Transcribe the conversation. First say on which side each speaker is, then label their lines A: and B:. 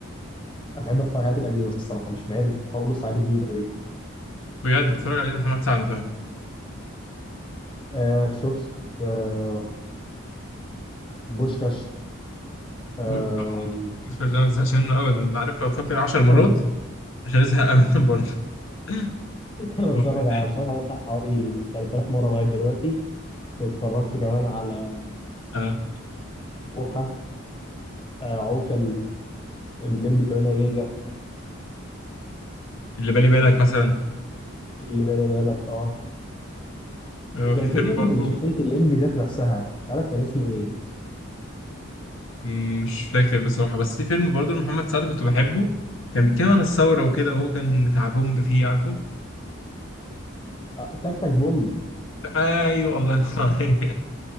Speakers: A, on the left (about 25°); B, on the left (about 70°).
A: أنا بحب أتفرج على الحاجات القديمة الصراحة مش مايل خالص على الحاجات الجديدة دي
B: بجد بتفرج على ايه محمد سعد طيب
A: آه شفت آه بوشكاش آه
B: بوش <laughs> طبعا بوشكاش ده ما بزهقش منه ابدا انا عارف لو اتفرجت عليه 10
A: <laughs>
B: مرات مش هنزهق ابدا برضه <laughs>
A: أنا
B: هو
A: بتفرج
B: إيه
A: على
B: تاني
A: مش عارف تفتح حوالي 3000 مرة لغاية دلوقتي واتفرجت كمان على
B: اه
A: بوحة آه عوكل الليمبي 8 جيجا
B: اللي بالي بالك مثلا
A: اللي بالي بالك اه
B: آه
A: وكان
B: في فيلم
A: في فيلم
B: برضه
A: لشخصية الليمبي ذات نفسها مش عارف كان اسمه ايه
B: مم، مش فاكر بصراحه بس في فيلم برضه محمد سعد كنت بحبه كان بيتكلم عن الثوره وكده وهو كان بتاع بومب فيه عارفه
A: آه تك تك بوم
B: ايوه الله ينور عليك.